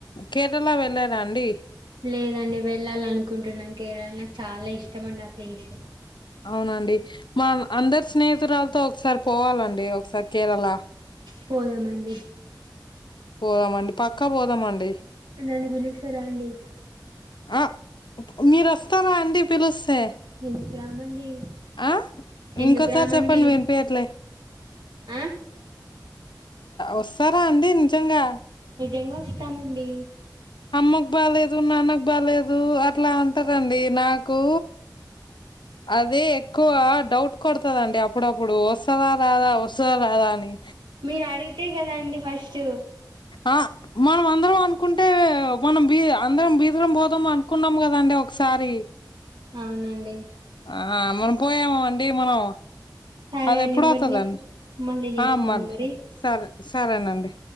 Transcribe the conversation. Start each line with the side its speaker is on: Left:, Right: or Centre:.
Left: కేరళ వెళ్ళారా అండి
Right: లేదండి వెళ్ళాలనుకుంటున్నాం కేరళ నాకు చాలా ఇష్టం అండి ఆ ప్లేసు
Left: అవునండి మా అందరు స్నేహితురాలతో ఒకసారి పోవాలండి ఒకసారి కేరళ
Right: పోదా మండి
Left: పోదామండి పక్కా పోదామండి
Right: నన్ను పిలుస్తారా అండి
Left: ఆ మీరు వస్తారా అండి పిలుస్త స్తే
Right: ఎందుకు రామండి
Left: ఆ
Right: ఎందుకు
Left: ఇంకోసారి
Right: రామండి
Left: చెప్పండి వినిపయట్లే
Right: ఆ
Left: వస్తారా అండి నిజంగా
Right: నిజంగా వస్తామండి
Left: అమ్మకు బాలేదు నాన్నకు బాలేదు అట్లా అంటారండి నాకు అదే ఎక్కువ డౌట్ కొడతదండి అప్పుడప్పుడు వస్తందా రాదా వస్తుందా రాదా అని
Right: మీరు అడిగితే కదాండి ఫస్ట్
Left: ఆ మనం అందరం అనుకుంటే మనం బీ అందరం బీదరం పోదాం అనుకున్నాం కదా అండి ఒకసారి
Right: అవునండి
Left: ఆ మనం పోయామ అండి మనం
Right: సరే
Left: అది
Right: అండి
Left: ఎప్పుడవుతుందండి
Right: మరి మళ్ళీ చేస్తాను
Left: ఆ మ
Right: మరి
Left: సరే సరేనండి